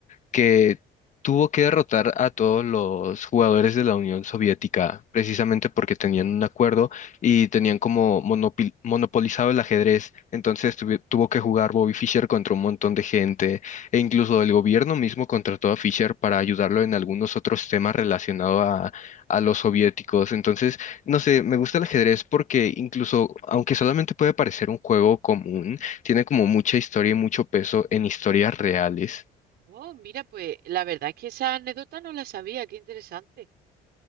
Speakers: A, on the left (about 45°); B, on the right (about 70°).
A: que tuvo que derrotar a todos los jugadores de la Unión Soviética, precisamente porque tenían un acuerdo y tenían como monopi- monopolizado el ajedrez. Entonces tuvi- tuvo que jugar Bobby Fischer contra un montón de gente e incluso el gobierno mismo contrató a Fischer para ayudarlo en algunos otros temas relacionados a, a los soviéticos. Entonces, no sé, me gusta el ajedrez porque incluso, aunque solamente puede parecer un juego común, tiene como mucha historia y mucho peso en historias reales.
B: Oh, mira, pues la verdad es que esa anécdota no la sabía, qué interesante.